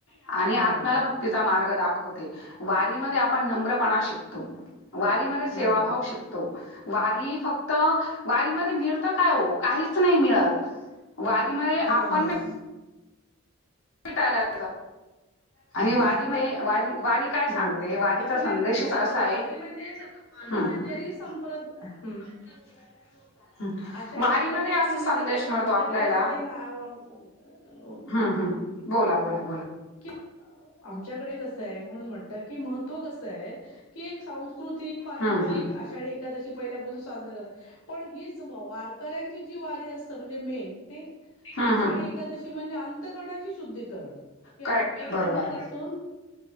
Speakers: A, on the left (about 65°); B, on the left (about 80°).
A: आणि आत्म्याला
B: बरोबर
A: भक् -क्तीचा मार्ग दाखवते वारी मध्ये आपण नम्रपणा शिकतो. वारीमध्ये सेवा
B: बरोबर
A: भाव शिकतो वारी फक्त वारी मध्ये मिळ फक्त काय ओ काहीच नाही मिळतं वारी मध्ये
B: बरोबर
A: आपण
B: आहे
A: बी भेटायला जा --
B: हम्म
A: आणि वारी म वारी वारी काय सांगतेय
B: बरोबर आहे
A: वारीचा
B: ऍक्च्युली
A: संदेशच
B: तेच होतं
A: असा आहे.
B: वारी म्हणजे
A: हम्म
B: वारकरी
A: हम्म
B: संप्रदा हम्
A: <unintelligible> हम्म
B: आषाढी
A: वारीमध्ये
B: एकादशी
A: असा
B: म्हणजे
A: संदेश
B: कशी आता
A: मिळतो
B: आमच्याकड
A: आपल्याला
B: तर आता न म ओ अ
A: हम्म हम् बोला बोला बोला.
B: की आमच्याकडे कसं आहे म्हणून म्हणत की महत्त्व कसंय की एक सांस्कृतिक पारंपरिक
A: हम्म हम्म
B: आषाढी एकादशी पहिल्यापासून साजर करत पण हीच वार कऱ्यांची जी वारी असत म्हणजे मेन ते
A: हम्म
B: आषाढी
A: हम्म
B: एकादशी म्हणजे अंतकरणाची शुद्धीकरण.
A: करेक्ट
B: अंतकरणापासून
A: बरोबर